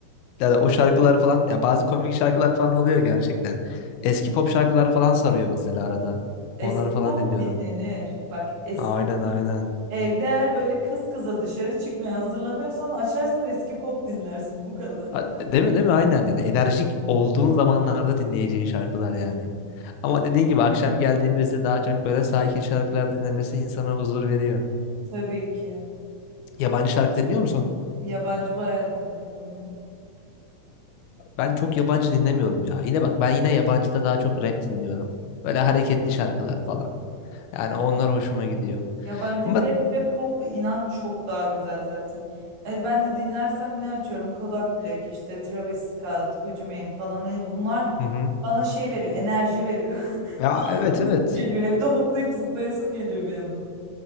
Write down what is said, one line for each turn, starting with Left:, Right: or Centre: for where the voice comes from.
Left: Yani o şarkılar falan ya bazı komik şarkılar falan oluyor gerçekten. Eski pop şarkılar falan sarıyor mesela arada.
Right: Eski
Left: Onları falan
Right: pop
Left: dinliyorum.
Right: dinlenir. Bak eski
Left: Aynen aynen.
Right: evde eğer böyle kız kıza dışarı çıkmaya hazırlanıyorsan açarsın eski pop dinlersin bu kadar.
Left: Ha, Değil mi değil mi? Aynen yani enerjik olduğun zamanlarda dinleyeceğin şarkılar yani. Ama dediğin gibi akşam geldiğimizde daha çok böyle sakin şarkılar dinlemesi insana huzur veriyor.
Right: Tabii ki.
Left: Yabancı şarkı dinliyor musun?
Right: Yabancı bayağı dinliyorum ya.
Left: Ben çok yabancı dinlemiyorum ya. Yine bak ben yine yabancıda daha çok rap dinliyorum. Böyle hareketli şarkılar falan. Yani onlar hoşuma gidiyor.
Right: Yabancı
Left: Ama
Right: rap ve pop inan çok daha güzel zaten. Hani ben de dinlersem ne açıyorum? Kodak Black işte Travis Scott, Gucci Mane falan. Hani bunlar
Left: hı hı.
Right: bana şey veriyor, enerji veriyor.
Left: Ya evet
Right: <laughs>
Left: evet.
Right: Geliyor evde hoplayıp zıplayasım geliyor bir yandan.